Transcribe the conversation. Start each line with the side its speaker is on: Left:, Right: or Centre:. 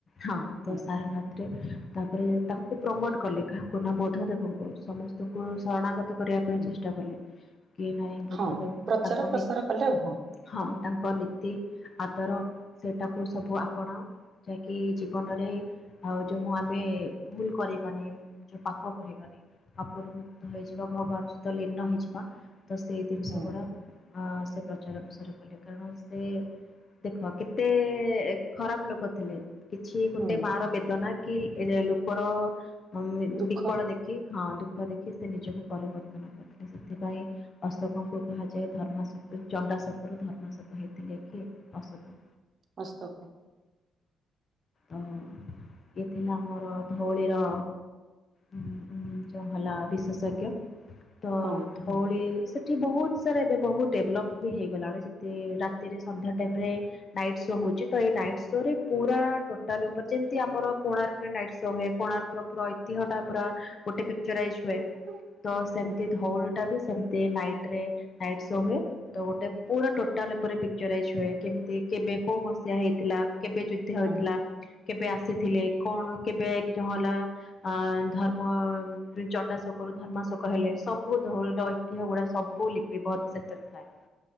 Left: ହଁ
Right: ହୁଁ
Left: ତ ସାରନାଥରେ ତାପରେ ତାଙ୍କୁ ପ୍ରମୋଟ କଲେ କାହାକୁ ନା ବୁଦ୍ଧ ଦେବଙ୍କୁ ସମ ସ୍ତଙ୍କୁ ଶରଣାଗତ କରିଆ ପାଇଁ
Right: ହୁଁ
Left: ଚେଷ୍ଟା କଲେ କି ନାଇଁ ବୁଦ୍ଧ
Right: ହଁ
Left: ଦେବଙ୍କୁୁ
Right: ପ୍ରଚାର
Left: ତାଙ୍କ
Right: ପ୍ରସାର
Left: ନି
Right: କଲେ ହଁ।
Left: ହଁ ତାଙ୍କ ନୀତି, ଆଦର ସେଟାକୁ ସବୁ ଆପଣାଅ। ଯାହାକି ଜୀବନରେ ଆଉ ଯୋଉ ମୁଁ ଆମେ ଭୁଲ କରିବାନି ଯୋଉ ପାପ କରିବାନି। ପାପରୁ ମୁୁକ୍ତ ହେଇଯିବ ଭଗବାନ ସହିତ ଲୀନ ହୋଇଯିବା ତ ସେଇ ଜିନିଷ
Right: ହୁଁ
Left: ଗୁଡ଼ା ଅଁ ସେ ପ୍ରଚାର ପ୍ରସାର କଲେ କାରଣ ସେ ଦେଖ କେତେ ଏ ଖରାପ ଲୋକ ଥିଲେ। କିଛି ଗୋଟେ
Right: ହୁଁ
Left: ମାଆ ର ବେଦନା କି ଏରେ ଲୋକର ଅଁ ଇଁ
Right: ଦୁଃଖ
Left: ବିକଳ ଦେ ଖି ହଁ ଦୁଃଖ ଦେଖି ସେ ନିଜକୁ ପରିବର୍ତ୍ତନ କରିଥିଲେ ସେଥିପାଇଁ ଅଶୋକଙ୍କୁ କୁହାଯାଏ ଧର୍ମା ଶୋ ଉ ଚଣ୍ଡା ଶୋକରୁ ଧର୍ମା ଶୋକ ହେଇଥିଲେ କିଏ ଅଶୋକ।
Right: ଅଶୋକ।
Left: ଅ ହୋ ଇଏ ଥିଲା ଆମର ଧଉଳିର ଉଁ ଉଁ ଯୋଉ ହେଲା ବିଶେଷଜ୍ଞ। ତ
Right: ହଁ
Left: ଧଉଳି ସେଠି ବହୁତ ସାରା ଏବେ ବହୁତ ଡେବଲପ ବି ହେଇଗଲାଣି ସେଠି ରାତିରେ ସନ୍ଧ୍ୟା ଟାଇମ ରେ ନାଇଟ୍ ଶୋ ହଉଚି ତ ଏଇ ନାଇଟ୍ ଶୋ ରେ ପୁରା ଟୋଟାଲ ଉପରେ ଯେମତି ଆମର କୋଣାର୍କରେ ନାଇଟ୍ ଶୋ ହୁଏ କୋଣାର୍କ ର୍କର ପୁରା ଐତିହ ଟା ପୁରା ଗୋଟେ ପିକ୍ଚରାଇଜ୍ ହୁଏ।
Right: <unintelligible>
Left: ତ ସେମତି
Right: ହଁ
Left: ଧଉଲି ଟା ବି ସେମତି ନାଇଟ୍ ରେ ନାଇଟ୍ ଶୋ ହୁଏ। ତ ଗୋଟେ ପୁରା ଟୋଟାଲ ଉପରେ ପିକ୍ଚରାଇଜ ହୁଏ କେମତି କେବେ କୋଉ ମସିହା ହେଇଥିଲା, କେବେ ଯୁଦ୍ଧ ହେଇଥିଲା।
Right: ହଁ
Left: କେବେ ଆସିଥିଲେ କଣ କେବେ ଜ ହେଲା। ଅ ଧର୍ମ ଚଣ୍ଡାଶୋକରୁ ଧର୍ମାଶୋକ ହେଲେ ସବୁ <unintelligible> ଦେହଗୁଡ଼ା ସବୁ ଲିପି ବତ ସେଥିରେ ଥାଏ।